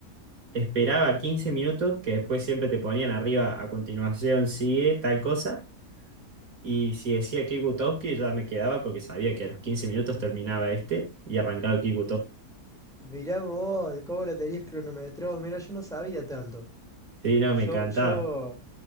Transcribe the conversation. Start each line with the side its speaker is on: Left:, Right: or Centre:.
Right: esperaba 15 minutos, que después siempre te ponían arriba a continuación, sigue tal cosa. Y si decía Kick ya me quedaba porque sabía que a los 15 minutos terminaba este y arrancaba Kick
Centre: mirá vos, cómo la tenías cronometrado. Mira, yo no sabía tanto.
Right: Sí, no,
Centre: Yo,
Right: me encantaba.
Centre: yo,